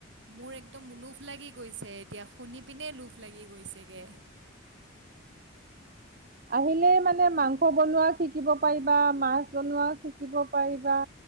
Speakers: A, on the right; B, on the right.
A: মোৰ একদম লোভ লাগি গৈছে এতিয়া শুনি পিনে লোভ লাগি গৈছেগে
B: আহিলেই মানে মাংস বনোৱা শিকিব পাৰিবা মাছ বনোৱা শিকিব পাৰিবা